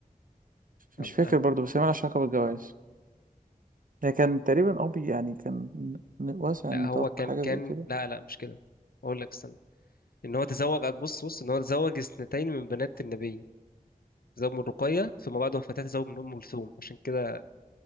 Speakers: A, on the right (about 65°); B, on the left (about 85°).
A: مش
B: أنا-
A: فاكر
B: أنا-
A: برضو بس هي مالهاش علاقة بالجواز هي كان تقريبا أبي يعني كان ن- واسع
B: لا
A: النطاق
B: هو كان
A: حاجة
B: كان
A: زي كده
B: لا لا مش كده أقول لك استنى ان هو تزوج بص بص ان هو تزوج اثنتين من بنات النبي تزوج من رقية ثم بعد وفاتها تزوج من ام كلثوم عشان كده